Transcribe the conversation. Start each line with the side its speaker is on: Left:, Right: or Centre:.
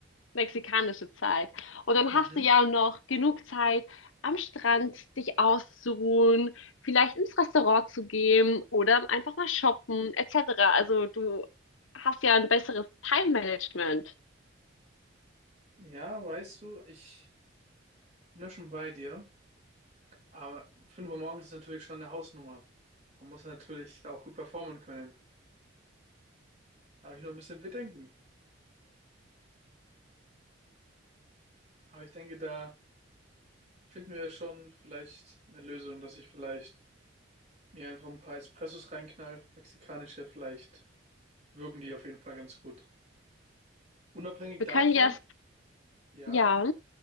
Left: mexikanische Zeit. Und dann
Right: Mhm.
Left: hast du ja noch genug Zeit, am Strand dich auszuruhen, vielleicht ins Restaurant zu gehen oder einfach mal shoppen, etc. Also du hast ja ein besseres Time-Management.
Right: Ja, weißt du, ich bin ja schon bei dir. Aber 5 Uhr morgens ist natürlich schon eine Hausnummer. Man muss natürlich da auch gut performen können. Da habe ich noch ein bisschen Bedenken. Aber ich denke, da finden wir schon vielleicht eine Lösung, dass ich vielleicht mir einfach ein paar Espressos reinknall. Mexikanische, vielleicht wirken die auf jeden Fall ganz gut. Unabhängig
Left: Wir
Right: davon,
Left: können ja,
Right: ja,
Left: ja,